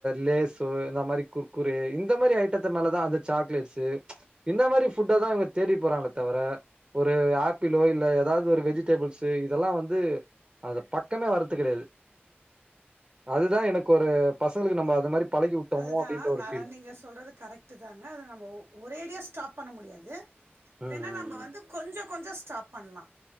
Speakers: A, on the right (about 25°); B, on the right (about 80°).
A: லேசு இந்த மாரி குற்குறே இந்த மாரி ஐட்டத்த மேலதா அந்த சாக்லேட்ஸு இந்த மாரி ஃபுட்டதா இவுங்க தேடி போறாங்களே தவிர ஒரு ஆ ப்பிளோ இல்ல எதாவ்து ஒரு வெஜிடேபிள்ஸு இதெல்லா வந்து அந்த பக்கமே வர்றது கெடையாது அதுதா எனக்கு ஒரு பசங்களுக்கு நம்ப அது மாரி பழகி விட்டோமோ
B: அதுதா
A: அப்டின்ற ஒரு
B: நா
A: ஃபீல்
B: நீங்க சொல்றது கரெக்ட்டு தாங்க அத நம்ப ஒரேடியா ஸ்டாப் பண்ண முடியாது
A: ம் ம்
B: வேணா நம்ம
A: ம்
B: வந்து கொஞ்சோ கொஞ்சோ ஸ்டாப் பண்லா